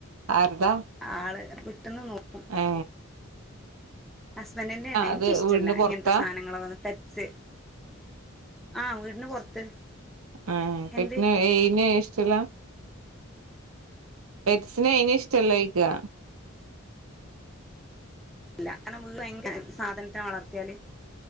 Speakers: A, on the right (about 85°); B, in the centre.
A: ആരതാ?
B: ആള് പെട്ടന്ന് നോക്കും.
A: ഏ.
B: ഹസ്ബൻഡിന്റെ ണ് എനിക്കിഷ്ടല്ല.
A: അത് വീടിന്റെ
B: ഇങ്ങനത്തെ
A: പുറത്താ
B: സാധനങ്ങള വന്ന് പെറ്റ്സ് ആ, വീടിന് പുറത്ത്
A: ആ, പെറ്റ്സ്
B: എന്ത് ഇല്ല
A: എയിനെ ഇഷ്ടല്ല. പെറ്റ് സിനെ എയിനിം ഇഷ്ടല്ലെ ചോദിക്കാ.
B: ഇല്ല, വിട്ടിൽ അങ്ങനെ ത്തെ സാധനത്തിനെ വളർത്തിയാൽ